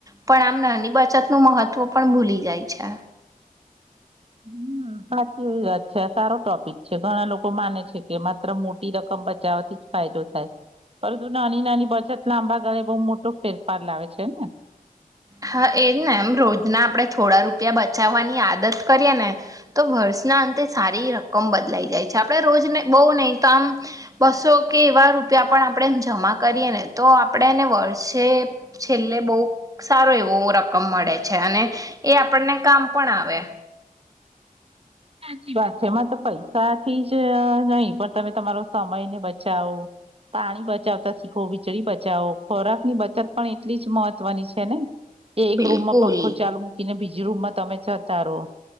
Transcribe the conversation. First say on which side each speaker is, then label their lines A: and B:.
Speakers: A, on the right (about 25°); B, on the right (about 40°).
A: પણ આમ નાની બચતનું મહત્વ પણ ભૂલી જાય છે.
B: હમ સાચી એવી વાત છે આ સારો ટોપિક છે ઘણા લોકો માને છે કે માત્ર મોટી રકમ બચાવવાથી જ ફાયદો થાય પરંતુ નાની નાની બચત લાંબા ગાળે બહુ મોટો ફેરફાર લાવે છે ને.
A: હા એજ ને એમ રોજના આપણે થોડા રૂપિયા બચાવવાની આદત કરીએ ને તો વર્ષના અંતે સારી રકમ બદલાઈ જાય છે આપણે રોજને બહુ નહી તો આમ બસો કે એવા રૂપિયા પણ આપણે જમા કરીએ ને તો આપણે એને વર્ષે છેલ્લે બહુ સારો એવો રકમ મળે છે અને એ આપણને કામ પણ આવે.
B: સાચી વાત છે એમાં તો પૈસાથી જ નહી પણ તમે તમારો સમયને બચાવો પાણી બચાવતા શીખો. <unintelligible> બચાવો ખોરાક ની બચત પણ એટલી જ મહત્વની છે. કેને એ એક
A: બિલકુલ
B: રૂમમાંંખ ચાલ મૂકીને બીજ રૂમમાં તમે જતા રહો